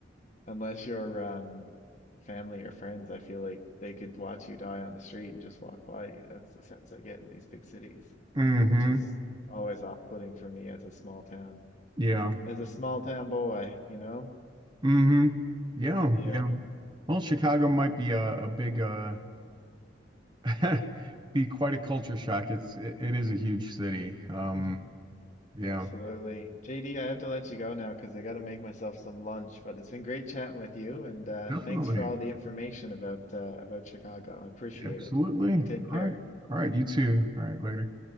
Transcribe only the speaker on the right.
Mm-hmm.
Yeah.
Mm-hmm. Yeah.
Yeah. Well, Chicago might be a, a big uh <laughs> be quite a culture shock. It's it, it is a huge city. Um
yeah,
definitely.
Absolutely.
All right. All right, you too. All right, later.